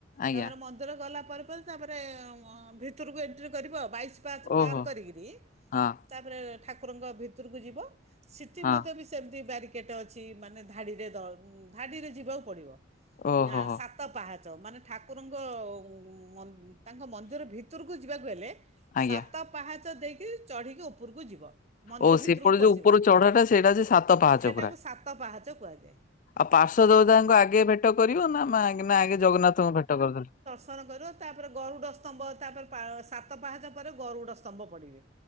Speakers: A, on the left; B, on the right.
A: ଆଜ୍ଞା
B: ତାପରେ ମନ୍ଦିର ଗଲା ପରେ ପରେ ତାପରେ ଭିତରକୁ ଏଣ୍ଟ୍ରି କରିବୁ ଆଉ, ବାଇଶ ପାହାଚ
A: ଓହୋ
B: ପାହାର କରିକିରି
A: ହଁ
B: ତାପରେ ଠାକୁରଙ୍କ ଭିତରକୁ ଯିବ, ସିଟି
A: ହଁ
B: ମଧ୍ୟ ବେ ସେମତି ବ୍ୟାରିକେଟ୍ ଅଛି ମାନେ ଧାଡିରେ ଦ ଧାଡିରେ ଯିବାକୁ ପଡିବ,
A: ଓହୋ
B: ନା
A: ହୋ
B: ସା ତ ପାହାଚ ମାନେ ଠାକୁରଙ୍କ ମ ତାଙ୍କ ମନ୍ଦିର ଭିତରକୁ ଯିବାକୁ ହେଲେ
A: ଆଜ୍ଞା
B: ସାତ ପାହାଚ ଦେଇକି ଚଢ଼ିକି ଉପରକୁ ଯିବ। ମନ୍ଦିର
A: ଓ
B: ଭିତରକୁ
A: ସେପଟେ
B: ପଶିବ
A: ଯୋଉ ଉପର ଚଢାଟା ସେଇଟା ଅଛି ସାତ ପାହାଚ
B: ସେଟାକୁ
A: ପୁରା। ଆଉ
B: ସାତ ପାହାଚ କୁହାଯାଏ
A: ପାର୍ଶ୍ୱ ଦେବତାଙ୍କୁ ଆଗେ ଭେଟ କରିବ ନା ମାଆଁ ଙ୍କି ନା ଆଗେ ଜଗନ୍ନାଥଙ୍କୁ ଭେଟ କରିଦେଲେ।
B: ଆପଣଙ୍କର ଗରୁଡ ସ୍ତମ୍ଭ ତାପରେ ସାତ ପାହାଜ ପରେ ଗରୁଡ ସ୍ତମ୍ଭ ପଡିବେ।